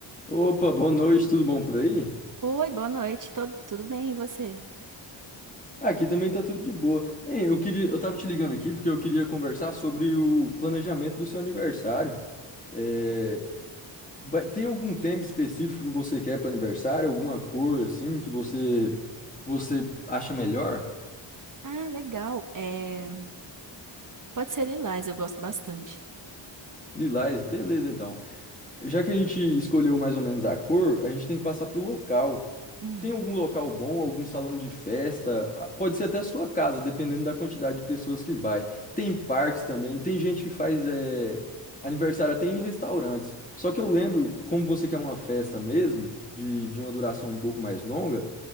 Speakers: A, on the left; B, on the right.
A: Opa, boa noite, tudo bom por aí?
B: Oi, boa noite. Tô- tudo bem, e você?
A: Aqui também tá tudo de boa. Hein, eu queria, eu tava te ligando aqui porque eu queria conversar sobre o planejamento do seu aniversário. É, vai- tem algum tema específico que você quer para aniversário? Alguma cor assim que você você acha melhor?
B: Ah, legal. É, Pode ser Lilás, eu gosto bastante.
A: Lilás, beleza então. Já que a gente escolheu mais ou menos a cor, a gente tem que passar pro local.
B: Hum,
A: Tem algum local bom, algum salão de festa? Ah, Pode ser até sua casa, dependendo da quantidade de pessoas que vai. Tem parques também, tem gente que faz eh, aniversário até em restaurantes. Só que eu lembro, como você quer uma festa mesmo, de, de uma duração um pouco mais longa,